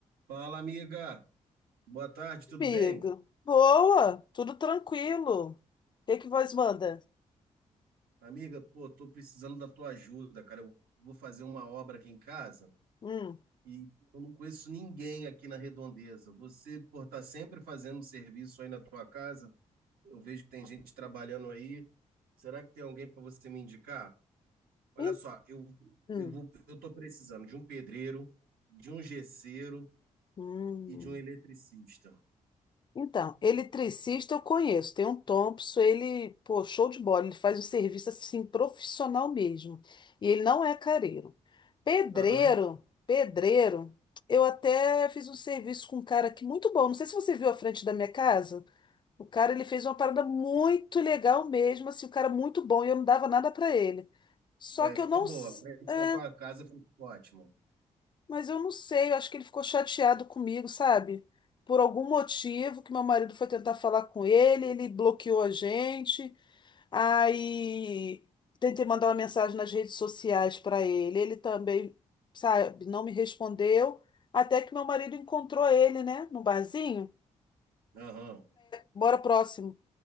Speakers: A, on the right; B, on the left.
A: Fala, amiga. Boa tarde, tudo
B: amigo.
A: bem?
B: Boa, tudo tranquilo. O que que vós manda?
A: Amiga, pô, tô precisando da tua ajuda, cara. Eu vou fazer uma obra aqui em casa
B: Hum.
A: e eu não conheço ninguém aqui na Redondeza. Você, por estar sempre fazendo serviço aí na tua casa, eu vejo que tem gente trabalhando aí. Será que tem alguém para você me indicar? Olha
B: en-
A: só, eu
B: hum,
A: eu vou eu tô precisando de um pedreiro, de um gesseiro
B: hum.
A: e de um eletricista.
B: Então, eletricista eu conheço, tem um Thompson, ele, pô, show de bola, ele faz um serviço assim profissional mesmo. E ele não é careiro. Pedreiro,
A: Aham.
B: pedreiro, eu até fiz um serviço com um cara aqui muito bom. Não sei se você viu a frente da minha casa. O cara, ele fez uma parada muito legal mesmo, assim, o cara muito bom, e eu não dava nada pra ele. Só
A: É,
B: que
A: ficou
B: eu não...
A: boa.
B: s-
A: A frente
B: É,
A: da tua casa ficou ótimo.
B: mas eu não sei, eu acho que ele ficou chateado comigo, sabe? Por algum motivo que meu marido foi tentar falar com ele, ele bloqueou a gente, aí tentei mandar uma mensagem nas redes sociais pra ele, ele também, sabe, não me respondeu, até que meu marido encontrou ele, né, no barzinho.
A: Aham.
B: Bora próximo.